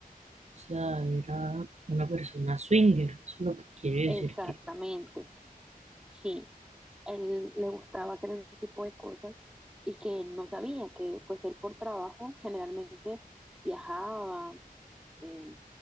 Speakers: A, on the right; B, in the centre.
A: o sea, era una persona swinger, eso es lo que quiere
B: Exactamente,
A: decir que,
B: sí. Él le gustaba hacer ese tipo de cosas y que no sabía que, pues, él por trabajo generalmente viajaba, eh,